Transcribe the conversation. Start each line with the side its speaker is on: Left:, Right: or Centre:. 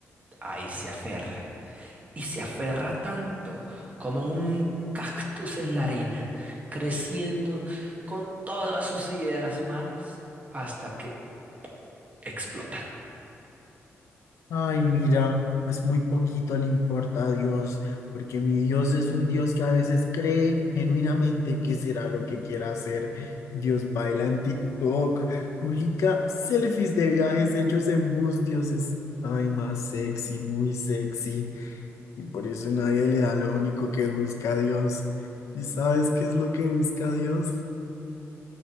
Right: ahí se aferra. Y se aferra tanto como un cactus en la arena, creciendo con todas sus ideas malas hasta que explota.
Left: Ay, mira, pues muy poquito le importa a Dios, porque mi Dios es un Dios que a veces cree genuinamente que será lo que quiera hacer. Dios baila en TikTok, publica selfies de viajes hechos en bus, Dios es, ay, más sexy, muy sexy, y por eso nadie le da lo único que busca a Dios. ¿Y sabes qué es lo que busca Dios?